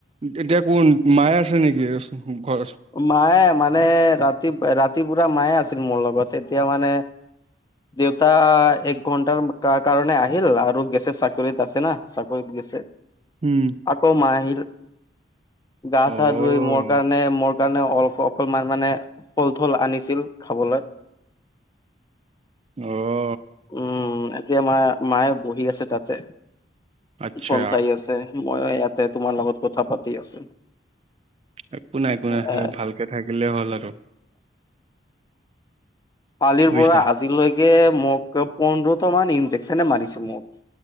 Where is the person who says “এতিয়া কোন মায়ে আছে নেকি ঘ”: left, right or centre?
Right